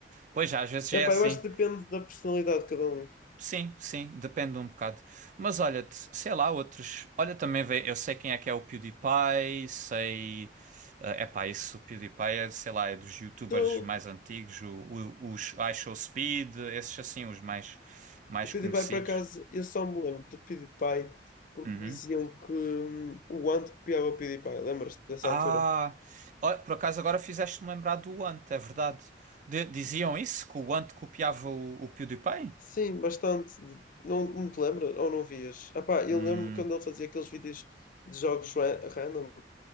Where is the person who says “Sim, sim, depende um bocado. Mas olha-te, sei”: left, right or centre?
Right